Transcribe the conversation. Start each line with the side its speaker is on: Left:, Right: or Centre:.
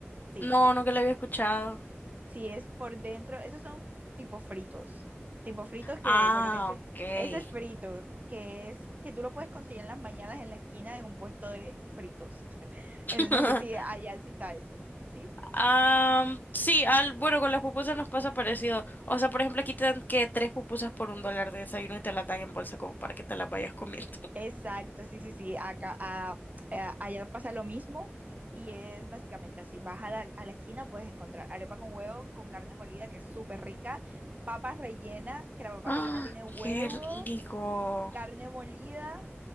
Right: Sí,
Left: No, nunca lo había escuchado.
Right: sí es por dentro, esos son tipo fritos, tipo fritos que,
Left: Ah,
Right: bueno, ese,
Left: ok.
Right: ese es frito, que es que tú lo puedes conseguir en las mañanas en la esquina de un puesto de fritos. <laughs>
Left: <laughs>
Right: El- no sé si allá sí está eso, ¿sí?
Left: Am, sí, al, bueno, con las pupusas nos pasa parecido. O sea, por ejemplo, aquí te dan que tres pupusas por un dólar de desayuno y te las dan en bolsa como para que te las vayas comiendo. <laughs>
Right: Exacto, sí, sí, sí. Acá, a- a- allá pasa lo mismo y es básicamente así. Vas a la, a la esquina, puedes encontrar arepa con huevo, con carne molida, que es súper rica, papa rellena, que la papa
Left: Ah,
Right: rellena tiene huevo,
Left: qué rico.
Right: carne molida